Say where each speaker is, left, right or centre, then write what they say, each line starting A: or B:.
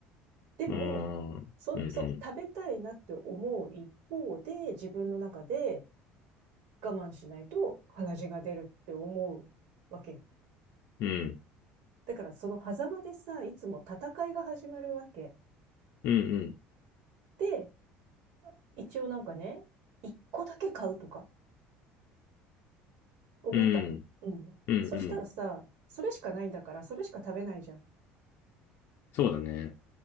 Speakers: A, on the right; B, on the left.
A: でも、
B: うん、
A: そ、
B: うん、
A: そう、食べたいなって思う一方で、自分の中で我慢しないと鼻血が出るって思うわけ
B: うん。
A: だからその狭間でさ、いつも戦いが始まるわけ。
B: うん
A: で、一応なんかね、一個だけ買うとか思ったの。
B: うん。
A: うん。
B: うん。
A: そしたらさ、
B: うんうん。
A: それしかないんだから、それしか食べないじゃん。
B: そうだね。